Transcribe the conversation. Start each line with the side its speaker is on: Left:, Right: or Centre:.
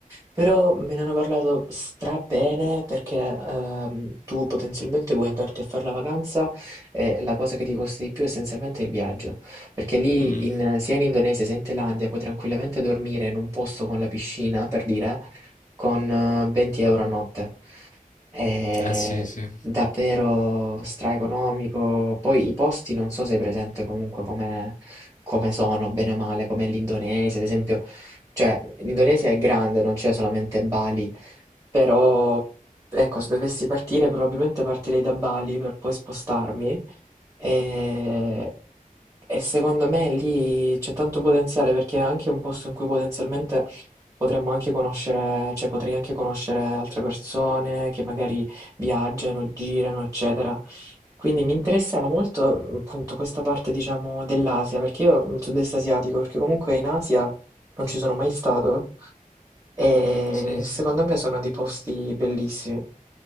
Right: però me ne hanno parlato stra bene perché ehm, tu potenzialmente puoi andarti a fare la vacanza e la cosa che ti costa di più essenzialmente è il viaggio, perché lì
Left: Mm,
Right: in- sia in Indonesia sia in Thailandia puoi tranquillamente dormire in un posto con la piscina, per dire con eh, 20 euro a notte. È
Left: Eh sì, sì.
Right: davvero straeconomico. Poi i posti non so se hai presente comunque come, come sono, bene o male, come l'Indonesia, ad esempio. Cioè, l'Indonesia è grande, non c'è solamente Bali, però ecco, se dovessi partire, probabilmente partirei da Bali per poi spostarmi. E e secondo me lì c'è tanto potenziale perché è anche un posto in cui potenzialmente potremmo anche conoscere, cioè potrei anche conoscere altre persone che magari viaggiano, girano, eccetera. Quindi mi interessava molto mm, appunto questa parte, diciamo, dell'Asia, perché io il sud-est asiatico, perché comunque in Asia non ci sono mai stato e
Left: Sì, sì.
Right: secondo me sono dei posti bellissimi.